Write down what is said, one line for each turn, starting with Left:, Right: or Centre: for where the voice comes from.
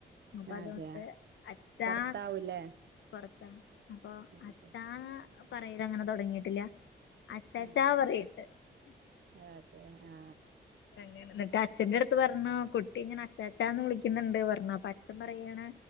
Left: അപ്പതുകൊണ്ട്
Right: ആ അതെയ
Left: അച്ഛാ
Right: പുറത്താവൂലേ
Left: പൊറത്താ അപ്പൊ അച്ഛാ
Right: അതെ
Left: ന്ന് പറയലങ്ങനെ തൊടങ്ങിട്ടില്ല. അച്ചാച്ചാ
Right: ആ
Left: പറയ്ണ്ട്
Right: ആ അതെ ആ
Left: അങ്ങനെ. ന്നിട്ട് അച്ഛന്റെടുത്ത് പറഞ്ഞു കുട്ടിങ്ങനെ അച്ചച്ചാന്ന് വിളിക്ക്‌ന്ന്ണ്ട് പറഞ്ഞു അപ്പച്ഛൻ പറയാണ്.